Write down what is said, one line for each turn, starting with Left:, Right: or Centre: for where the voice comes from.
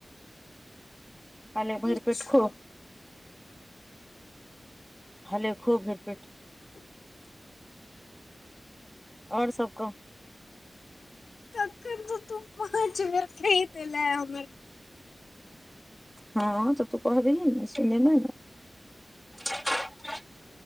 Centre: आले भैर
Left: किछो
Centre: पेट खो हले खो भैर पेट
Left: <inaudible>
Centre: और सब कह
Left: तखन सँ तू पाँच बेर कहि देले हमर
Centre: हँ तऽ तू कहबी ने सुनने न <inaudible>